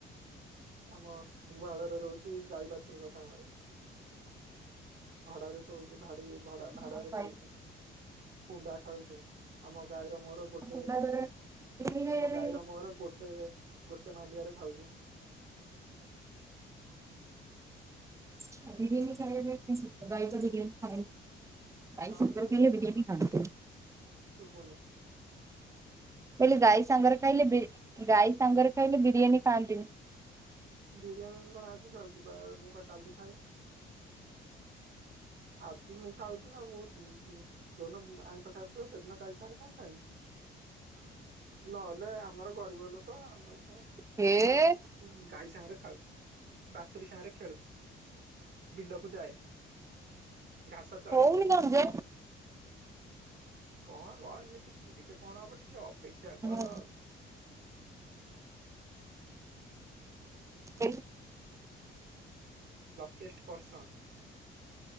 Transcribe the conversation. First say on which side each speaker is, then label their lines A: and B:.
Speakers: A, on the right; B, on the right.
A: ଆମ ଗୁହାଳରେ ରହୁଛି ଗାଈ ବାଛୁରିଙ୍କ ସାଙ୍ଗରେ। ଭଡାରେ ଶୋଉଛି ଭାଡି ଭଡା ଭାଡାରେ
B: ଆଉ ଖାଇ
A: ଶଉଛୁ କୁଣ୍ଡା ଖାଉଚି। ଆମ ଗାଈର ମୋହର ଗୋଟେ
B: କୁଣ୍ଡା ତୋରାଣି ବିରିୟାନୀ
A: ଆମ
B: ଖାଇବା
A: ଗାଈର ମୋହର ଗୋ ଗ ଗୋଟେ ମାଣ୍ଡିଆରେ ଖାଉଛୁ <inaudible>
B: <unintelligible> ଖାଇାଇ ତ ଖାଇ ଖାଇ
A: ଆଁ
B: ସୁନ୍ଦର
A: ଶୁଭୁନି
B: ବି ବିରିୟାନ ଖା
A: ଶୁଭୁନି
B: ହେଲେ ଗାଈ ସାଙ୍ଗରେ ଖାଇଲେ ଗାଈ ସାଙ୍ଗରେ ଖାଇଲେ ବିରିୟାନୀ ଖାଆନ୍ତିନି।
A: ବିରିୟାନୀ କଣ ଆଜି ଖାଉଛି ମୁଁ ବା କାଲି ଖାଇବି। ଆଜି ମୁଁ ଖାଉଛି ନା ମୁଁ ଯଉଦିନ ଆଇଁଷ ଖାଇଥିବ ସେଦିନ ଗାଈ ସାଙ୍ଗରେ କାହିଁକି ଖାଇବି ନହେଲେ ଆମର ଗରିବ ଲୋକ ଆମେ କଣ
B: ହେ
A: ହଁ ଗାଈ ସାଙ୍ଗରେ ଖାଉ ବାଛୁରୀ ସାଙ୍ଗରେ ଖେଳୁ ବିଲକୁ ଯାଏ। ଘାସ ଚରେ।
B: ହଉନି କଣ ଯେ?
A: କଣ ର ଏମିତି ଚିଡିିଲେ କଣ ହବ ଟି ଟିକେ ଅପେକ୍ଷା କର।
B: ମୁଁ ଏ
A: ଲକେଏଷ୍ଟ ପର୍ସନ।